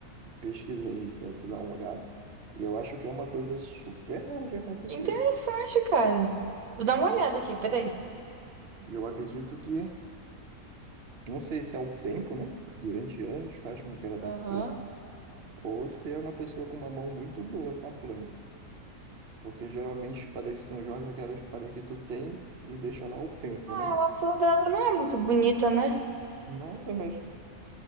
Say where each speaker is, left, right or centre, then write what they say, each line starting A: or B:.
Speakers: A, on the right; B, on the right.
A: pesquisa ali para tu dar uma olhada. E eu acho que é uma coisa super rara de acontecer,
B: Que interessante,
A: cara.
B: cara. Vou dar uma olhada aqui, peraí.
A: E eu acredito que, não sei se é o tempo, né? Durante anos faz com que ela dá
B: Aham.
A: flor, ou se é uma pessoa com uma mão muito boa com a planta. Porque geralmente espada de São Jorge é aquela espada que tu tem e deixa lá o tempo,
B: Ah,
A: né?
B: a flor dela não é muito bonita, né?
A: Nossa, mas